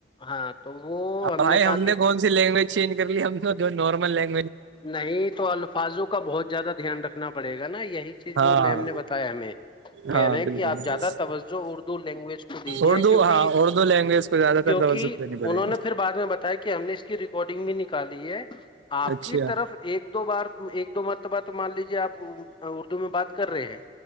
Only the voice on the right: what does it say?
بھائی
کون سی لینگویج چینج کر لی ہے ہم جو نارمل لینگو
ہاں
ہاں بالکل
اردو
ہاں اردو لینگویج کو زیادہ
تر توجہ دینی پڑے
گی
اچھا